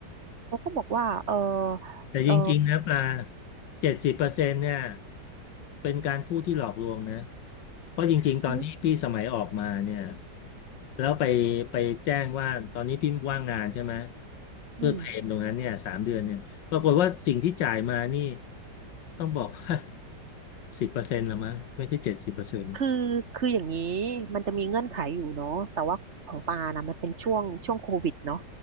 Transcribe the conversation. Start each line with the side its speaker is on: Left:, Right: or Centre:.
Right: เขาก็บอกว่าเออ
Left: แต่จริงๆนะปลา
Right: เออ
Left: เจ็ดสิบเปอร์เซ็นต์เนี่ยเป็นการพูดที่หลอกลวงนะเพราะจริงๆตอนที่พี่สมัยออกมาเนี่ย
Right: อืม
Left: แล้วไปไปแจ้งว่าตอนนี้พี่ว่างงานใช่ไหมเพื่อเพลมตรงนั้นเนี่ยสามเดือนเนี่ยปรากฏว่าสิ่งที่จ่ายมานี่
Right: อืม
Left: ต้องบอกว่าสิบเปอร์เซ็นต์ละมั้งไม่ใช่เจ็ดสิบเปอร์เซ็นต์
Right: คือคืออย่างนี้มันจะมีเงื่อนไขอยู่เนาะแต่ว่าของปานะมันเป็นช่วงช่วงโควิดเนาะ